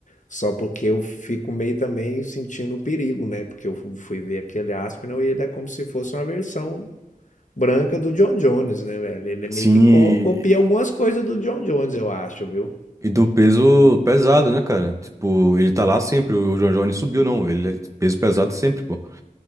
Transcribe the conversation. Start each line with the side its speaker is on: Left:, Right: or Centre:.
Left: Só porque eu fico meio também sentindo o perigo, né? Porque eu fu- fui ver aquele Aspinall e ele é como se fosse uma versão branca do John Jones, né, velho? Ele meio
Right: Sim,
Left: que co- copia
Right: e,
Left: algumas coisas do John Jones, eu acho, viu?
Right: e do peso pesado, né, cara? Tipo, ele tá lá sempre, o John Jones subiu, não. Ele é peso pesado sempre, pô.